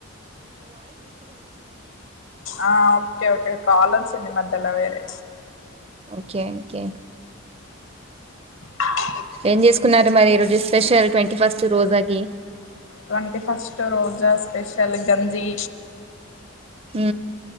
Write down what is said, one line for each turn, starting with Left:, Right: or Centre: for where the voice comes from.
Left: ఆ ఓకే ఓకే కాల్ వచ్చింది మద్యల వేరే
Right: ఒకే ఒకే
Left: అ
Right: ఏం చేసుకున్నారు మరి ఈ రోజు స్పెషల్ ట్వంటీ ఫస్ట్ రోజాకి.
Left: ట్వంటీ ఫస్ట్ రోజా స్పెషల్ గంజి
Right: ఊ